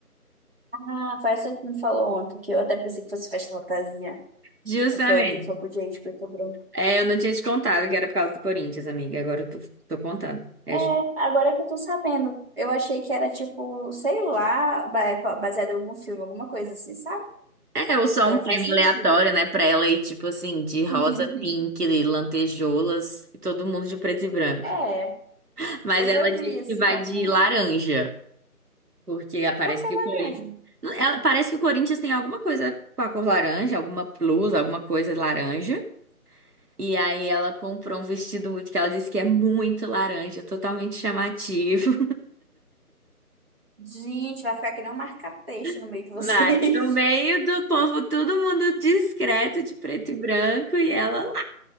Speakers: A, on the right; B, on the right.
A: Ah, foi essa que me falou ontem, que eu até pensei que fosse festa fantasia.
B: Justamente.
A: Ela falou que só podia ir de preto e branco.
B: É, eu não tinha te contado que era por causa do Corinthians, amiga, agora eu tô, tô contando. É,
A: É,
B: ju-
A: agora que eu tô sabendo. Eu achei que era tipo, sei lá, ba- baseado em algum filme, alguma coisa assim, sabe?
B: é, ou só
A: Agora
B: um tema
A: faz sentido.
B: aleatório, né, pra ela ir, tipo assim, de rosa,
A: <laughs>
B: pink, lantejoulas, e todo mundo de preto e branco.
A: É,
B: Mas
A: eu já
B: ela disse
A: vi assim
B: que vai
A: algum.
B: de laranja, porque parece
A: Por que
B: que o
A: laranja?
B: Corinthians. Ela, parece que o Corinthians tem alguma coisa com a cor laranja, alguma blusa, alguma coisa laranja. E aí ela comprou um vestido muito que ela disse que é muito laranja, totalmente chamativo.
A: Gente, vai ficar que nem um marca-texto no
B: <laughs>
A: meio de vocês.
B: Vai, no meio do povo, todo mundo discreto, de preto e branco, e ela lá,